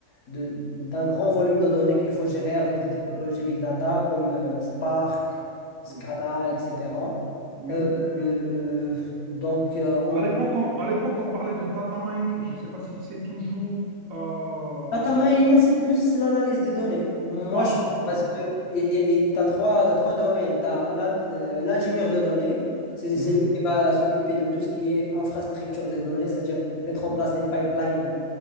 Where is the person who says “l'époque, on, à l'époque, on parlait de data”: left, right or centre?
Right